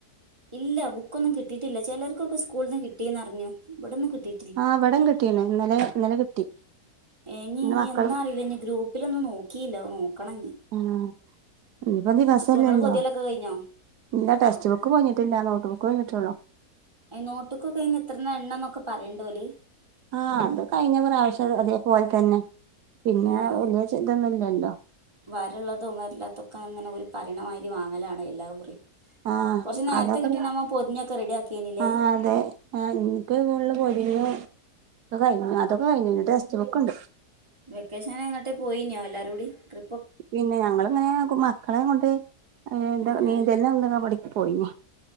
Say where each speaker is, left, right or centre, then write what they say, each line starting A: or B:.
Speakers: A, on the right; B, on the right.
A: ഇല്ല ബുക്കൊന്നും കിട്ടീട്ടില്ല. ചിലർക്കൊക്കെ സ്കൂളിന്ന് കിട്ടീന്ന റിഞ്ഞു. ഇവടൊന്നും കിട്ടീ
B: ആഹ് ഇവടം കിട്ടീണ്. ഇന്നലെ ഇന്നലെ കിട്ടി
A: ഏഹ് ഇനി
B: ഇന്ന് മക്കളും
A: എന്നാ അറീല്ല ഇഞ് ഗ്രൂപ്പിലൊന്നും നോകീല്ല, നോക്കണം ഞ്.
B: ആ ഇനിയിപ്പോ ദിവസല്ലല്ലോ
A: സ്കൂൾ ഇങ്ങള് പൊതിയലൊക്കെ കഴിഞ്ഞോ?
B: ഇല്ല. ടെസ്റ്റ് ബുക്ക് പൊയിഞ്ഞിട്ടില്ലാ. നോട്ട് ബുക്ക് പൊയിഞ്ഞിട്ടൊള്ളൂ.
A: ഏഹ് നോട്ടുക്കൊക്കെ അയിന് എത്രണ്ണാ എണ്ണംന്നൊക്കെ പറയണ്ടോല്.
B: ആഹ് അത് കഴിഞ്ഞ പ്രാവശ്യം അതേപോലെ തന്നെ പിന്നേ
A: ഉം
B: വലിയ ച ഇതൊന്നും ഇല്ലല്ലോ
A: വരള്ളതും വരല്ലാത്തൊക്കെ അങ്ങനെ ഒരു പറിണമായിരി വാങ്ങലാണ് എല്ലാ കുറിം.
B: ആഹ്
A: കൊറച്ച് നേരത്തെ
B: അതൊക്കെ
A: കിട്ടീണെ നമ്മ പൊതിഞ്ഞൊക്കെ റെഡിയാക്കേനിലേ.
B: ആഹ് അതെ ആഹ് ഇൻക്ക് ഫുള്ള് പൊതിഞ്ഞു ഒക്കെ കഴിഞ്ഞു അതൊക്കെ കഴിഞ്ഞു ഇഞ് ടെസ്റ്റ് ബുക്ക്ണ്ട്.
A: വെക്കേഷൻ എങ്ങട്ടേം പോയിന്യോ എല്ലാരൂടി ട്രി
B: പിന്നെ ഞങ്ങള്ങ്ങനേ മക്കളേം കൊണ്ട് അങ്ങനെ എന്താ
A: ആഹ്
B: നീന്തൽ
A: ആഹ്
B: <unintelligible> പോയിനി